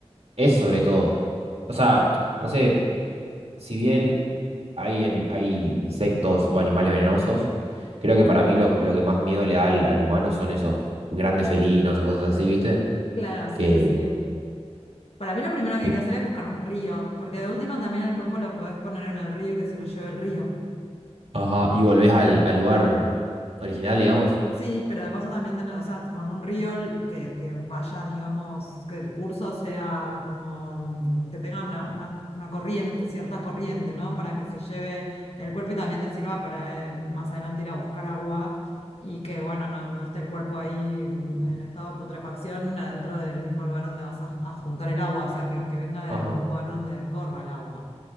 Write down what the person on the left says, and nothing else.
claro,
sí, sí. Para mí lo primero que
hay que hacer es buscar un río, porque de última también el cuerpo lo podés poner en el río y que se lo lleve el río.
Sí, pero de paso también tener, o sea, con un río el- que, que vaya, digamos, que el curso sea como mm, que tenga una, una, una corriente, cierta corriente, ¿no? Para que se lleve el cuerpo y también te sirva para eh, más adelante ir a buscar agua y que, bueno, no, no esté el cuerpo ahí mm, en estado de putrefacción adentro del mismo lugar donde vas a, a juntar el agua, o sea, que, que venga de
algún lugar donde corra el agua.